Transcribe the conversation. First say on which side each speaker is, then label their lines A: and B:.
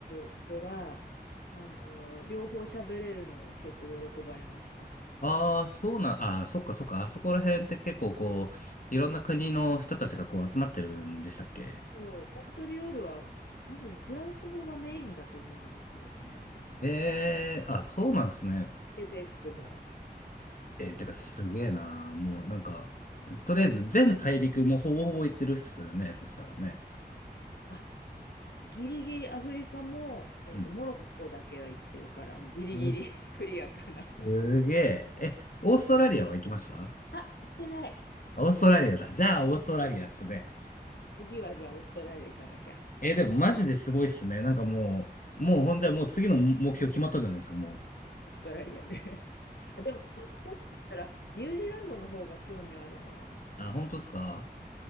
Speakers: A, on the left; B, on the left.
A: ルでは、あの、両方喋れるのを結構喜ばれました。
B: ああー、そうなん、ああ、そっかそっか、あそこら辺って結構こう、いろんな国の人たちがこう集まってるんでしたっけ
A: そう、モントリオールは多分フランス語がメインだと思うんですよね。
B: ええあ、そうなんですね。
A: ケベックの。うんで
B: えーてかすげえな。もうなんか、とりあえず全大陸もほぼほぼ行ってるっすよね。そしたらね。
A: あ、ギリギリアフリカも、えっと、
B: うん。
A: モロッコだけは行ってるから、ギリギリ
B: す、
A: <laughs> クリアかな。
B: すげえ。え、オーストラリアは行きました
A: あ、行ってない。
B: オーストラリアだ。じゃあ、オーストラリアっすね。
A: 次はじゃあオーストラリア行かなきゃ。
B: えーでもマジですごいっすね。なんかもう、もうほんじゃもう次の目標決まったじゃないですか、も
A: オーストラリアね。<laughs> あ、でも、どっちかって言ったら、ニュージーランドの方が興味あるな。
B: う。あ、本当っすか